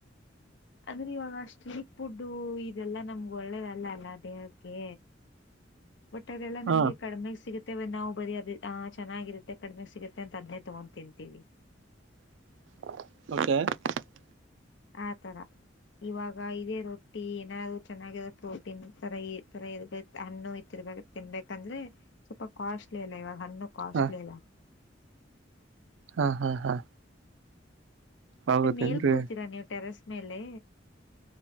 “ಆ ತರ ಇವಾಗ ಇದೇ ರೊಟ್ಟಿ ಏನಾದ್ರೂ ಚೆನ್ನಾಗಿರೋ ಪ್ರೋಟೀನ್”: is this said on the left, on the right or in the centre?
Left